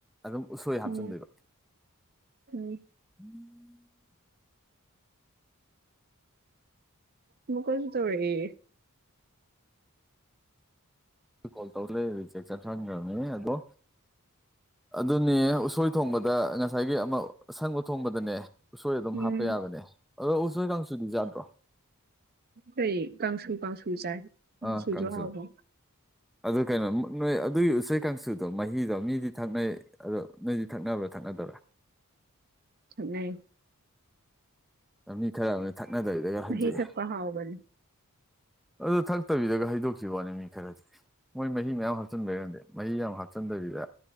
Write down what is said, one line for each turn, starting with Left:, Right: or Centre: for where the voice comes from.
Centre: ꯑꯗꯨꯝ ꯎꯁꯣꯏ ꯍꯥꯞꯆꯤꯟꯗꯣꯏꯕ꯫
Right: ꯎꯝ ꯎꯝ
Centre: <inaudible>
Right: ꯃꯨꯛ ꯀꯖꯨ ꯇꯧꯔꯛꯑꯦ꯫
Centre: ꯀꯣꯜ ꯇꯧꯔꯦ ꯔꯤꯖꯦꯛ ꯆꯠꯊꯟꯈ꯭ꯔꯕꯅꯦ ꯑꯗꯣ ꯑꯗꯨꯅꯦ ꯎꯁꯣꯏ ꯊꯣꯡꯕꯗ ꯉꯁꯥꯏꯒꯤ ꯑꯃ ꯑꯁꯪꯕ ꯊꯣꯡꯕꯗꯅꯦ ꯎꯁꯣꯏ ꯑꯗꯨꯝ
Right: ꯎꯝ
Centre: ꯍꯥꯞꯄ ꯌꯥꯕꯅꯦ ꯑꯗꯣ ꯎꯁꯣꯏ ꯀꯥꯡꯁꯨꯗꯤ ꯌꯥꯗ꯭ꯔꯣ꯫
Right: ꯀꯩ ꯀꯥꯡꯁꯨ ꯀꯥꯡꯁꯨ ꯆꯥꯏ꯫ ꯀꯥꯡꯁꯨꯁꯨ
Centre: ꯑꯥ ꯀꯥꯡꯁꯨ
Right: ꯍꯥꯎꯕꯅꯦ
Centre: ꯑꯗꯨ ꯀꯩꯅꯣ ꯅꯣꯏ ꯑꯗꯨꯒꯤ ꯎꯆꯩ ꯀꯥꯡꯁꯨꯗꯣ ꯃꯍꯤꯗꯣ ꯃꯤ ꯃꯤ ꯊꯛꯅꯩ ꯑꯗꯣ ꯅꯣꯏꯗꯤ ꯊꯛꯅꯕ꯭ꯔꯥ ꯊꯛꯅꯗꯕ꯭ꯔꯥ?
Right: ꯊꯛꯅꯩ꯫
Centre: ꯃꯤ ꯈꯔ ꯑꯃꯅ ꯊꯛꯅꯗꯕꯤꯗꯒ
Right: ꯃꯍꯤ
Centre: ꯍꯧꯗꯣꯛꯏ꯫
Right: ꯊꯛꯄ ꯍꯥꯎꯕꯅꯦ
Centre: ꯑꯗꯨ ꯊꯛꯇꯕꯤꯗꯒ ꯍꯩꯗꯣꯛꯈꯤꯕ ꯋꯥꯅꯦ ꯃꯤ ꯈꯔꯗꯤ ꯃꯣꯏ ꯃꯍꯤ ꯃꯌꯥꯝ ꯍꯥꯞꯆꯤꯟꯕꯩꯔ ꯈꯪꯗꯦ꯫ ꯃꯍꯤ ꯌꯥꯝ ꯍꯥꯞꯆꯤꯟꯗꯕꯤꯗ